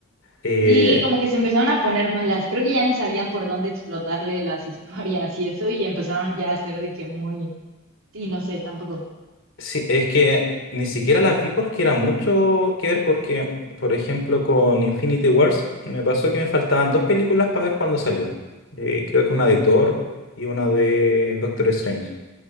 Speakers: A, on the left (about 65°); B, on the right (about 80°).
A: Eh,
B: sí, como que se empezaron a poner malas, creo que ya ni sabían por dónde explotarle las historias y eso y empezaron ya a ser de que muy Sí, no sé, tampoco.
A: sí, es que ni siquiera las vi porque era mucho que ver, porque, por ejemplo, con Infinity Wars me pasó que me faltaban dos películas para ver cuando salió. Eh, creo que una de Thor y una de Doctor Strange.